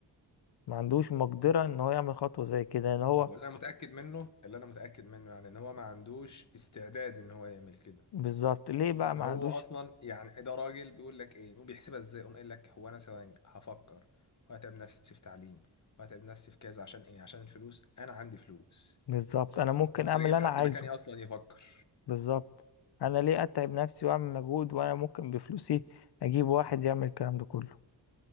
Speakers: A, on the left; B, on the left.
A: ما عندوش مقدرة ان هو يعمل خطوة زي كده ان هو
B: هو اللي انا متأكد منه اللي انا متأكد منه يعني ان هو ما عندوش استعداد ان هو يعمل كده
A: بالظبط ليه بقى ما
B: هو
A: عندوش
B: اصلا يعني ده راجل بيقول لك ايه وبيحسبها ازاي قام قايل لك هو انا ثواني هفكر وهتعب نفسي في تعليم وهتعب نفسي في كذا عشان ايه عشان الفلوس انا عندي فلوس
A: بالظبط انا ممكن
B: ممكن
A: اعمل
B: اجيب
A: اللي انا
B: حد
A: عايزه
B: مكاني اصلا يفكر
A: بالظبط انا ليه اتعب نفسي واعمل مجهود وانا ممكن بفلوسي اجيب واحد يعمل الكلام ده كله